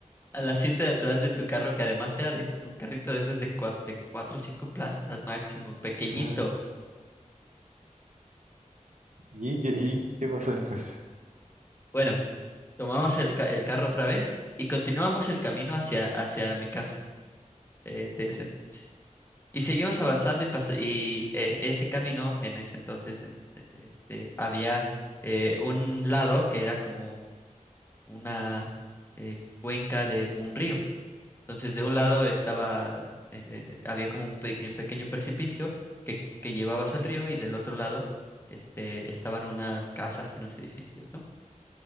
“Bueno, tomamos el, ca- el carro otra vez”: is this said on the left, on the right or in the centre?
Left